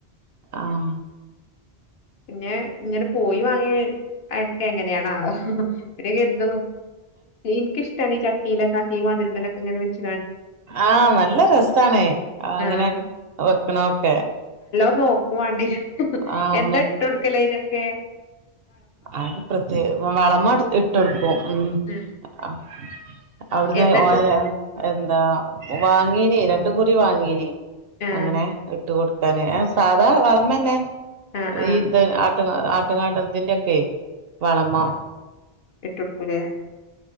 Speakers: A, on the right; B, on the left.
A: ആഹ്
B: പിന്നെ ഇങ്ങനെ പോയി വാങ്ങിയ ഒക്കെ എങ്ങനെയാണ ആവോ ഇവിടെ കരുത എനിക്കിഷ്ടാണ് ഈ ചട്ടിയിലക്കാക്കി മതിൽമലൊക്കെ ഇങ്ങനെ വെച്ച
A: ആഹ നല്ല രസണേ ആ അങ്ങനെ
B: ആഹ്
A: വെക്കണൊക്കെ
B: നോക്കുവാണ്ടീ
A: ആഹ്
B: എന്താ ഇട്ട് എടുക്കല ഇനൊക്കെ
A: അ പ്രത്യേക വളമ ഇട്ടെടുക്കും ഉ
B: ആ
A: അവിടുന്ന്
B: എന്താട്ട്
A: ഓ എന്താ വാങ്ങീനേ രണ്ട കുറി വാങ്ങീനേ
B: ആഹ്
A: അങ്ങനെ ഇട്ട് കൊടുക്കാന് ആ സാധാ വളർന്നന്നെ
B: ആഹ് ആഹ്
A: ഇത്. ആട്ടു ആട്ടുകാട്ടത്തിന്റൊക്കെ വളമാ
B: ഇട്ടോടുകൂലെ